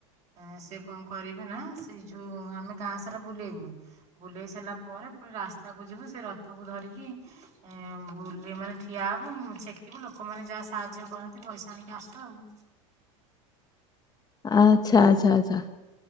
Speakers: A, on the right; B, on the left.
A: ଅ ସେ କଣ କରିବେ ନା ସେଇ ଯୋଉ ଆମେ ଗାଁ ସାରା ବୁଲେଇବୁ ବୁଲେଇ ସାରିଲା ପରେ ପୁଣି ରାସ୍ତାକୁ ଯିବୁ ସେ ରଥକୁ ଧରିକି ଏ ବୁଲି ମାନେ ଠିଆ ହୋବୁ ଛେକିବୁ ଲୋକମାନେ ଯାହା ସାହାଯ୍ୟ କରନ୍ତି ପଇସା ଆଣିକି ଆସୁ ଆଉ।
B: ଆଚ୍ଛା ଆଚ୍ଛା ଆଚ୍ଛା